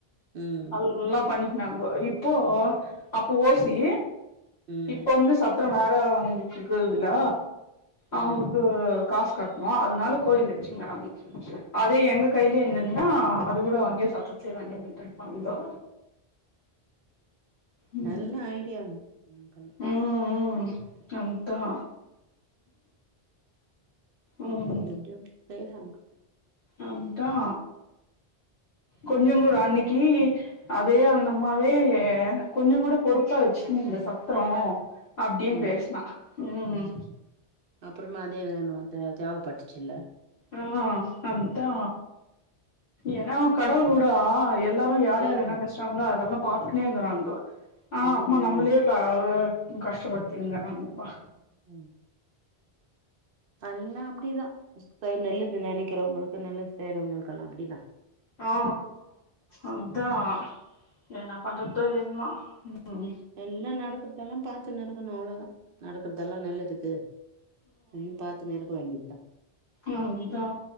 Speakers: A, on the right; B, on the left.
A: ம்
B: அல்லா பண்ணிக்னாங்கோ இப்போ அப்ப ஓசி
A: ம்
B: இப்ப வந்து சத்ரோ வேற அவுங்கக்கிக்குதுல அவுங்குக்கு
A: ம்
B: காச் கட்ணு அதனால கோயில் இச்சுங்கிறாங்க அதே எங்க கைலியே இந்துந்தா அது கூட அங்யே சத்தத்லே <unintelligible> இருப்பாங்கொ ம்
A: நல்லா ஐடியா பண் பண்
B: ம் ம் அதா ம்
A: <unintelligible>
B: அதா கொஞ்ச கூட அன்னிக்கு அதே அந்தமாவே கொஞ்ச கூட பொறுப்பா வச்சுக்கணுல்ல சத்ரோ அப்டின்
A: ம்
B: பேசுனா ம் ம்
A: அப்புறமா அதே வேணு தே தேவ பட்டுச்சில்ல
B: ஆ அதா ஏன்னா கடவுளோடா எ எல்லாருமே யார் யார்
A: ம்
B: என்ன பேசுறாங்களோ அதெல்லா பாத்துக்னே இருகுறாங்க ஆனா
A: ம்
B: அப்மா நம் நம்ளே பா ஒரு கஷ்ட படுத்திருந்தாங்கப்பா
A: ம் அல்லா அப்டிதா செய் நெல்லது நெனக்கிறவங்களுக்கு நெல்லது செய்றவங்களுக்கெல்லா அப்டிதா
B: ஆ அதா என்ன பண்றதோ என்மா ம்
A: எல்லா நடக்கறதெல்லா பாத்துனு இருக்கணு அவ்ளோதா நடக்கறதெல்லா நல்லதுக்கு அயு பாத்துன்னு இருக்க வேண்டியதா
B: யம் இதா